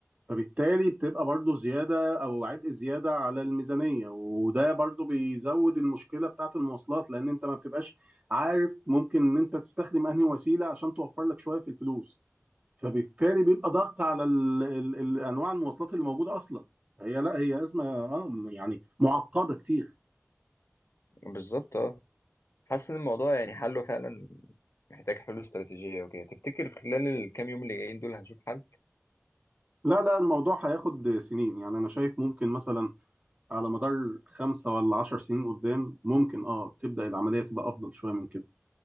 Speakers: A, on the right; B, on the left.
A: فبالتالي بتبقى برضو زيادة او عبء زيادة على الميزانية وده برضو بيزود المشكلة بتاعت المواصلات لان انت ما بتبقاش عارف ممكن ان انت تستخدم انهي وسيلة عشان توفر لك شوية في الفلوس فبالتالي بيبقى ضغط على ال ال ال انواع المواصلات اللي موجوده اصلا هي لا هي ازمه اه م- يعني معقده كتير
B: بالظبط اه حاسس ان الموضوع يعني حله فعلا محتاج حلول استراتيجية وكده تفتكر في خلال الكام يوم اللي جايين دول هنشوف حل
A: لا لا الموضوع هياخد سنين يعني انا شايف ممكن مثلا على مدار خمسة ولا عشر سنين قدام ممكن اه تبدا العمليه تبقى افضل شويه من كده